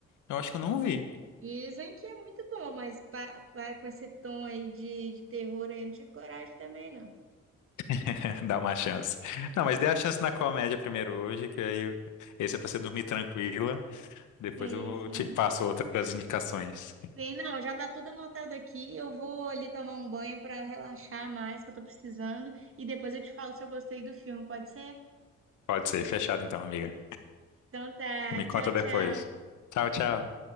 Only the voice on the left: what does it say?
Eu acho que eu não vi.
<laughs> Dá uma chance. Não, mas dê a chance na comédia primeiro hoje, que aí eu- esse é pra você dormir tranquila. Depois
eu vou
te passo outras indicações.
Pode ser, fechado então, amiga.
Me
conta depois.
Tchau, tchau.